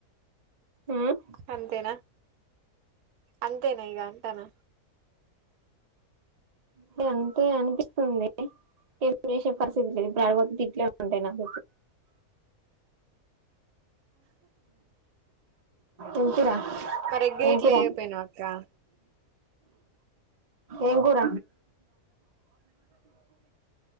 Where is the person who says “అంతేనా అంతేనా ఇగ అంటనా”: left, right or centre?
Right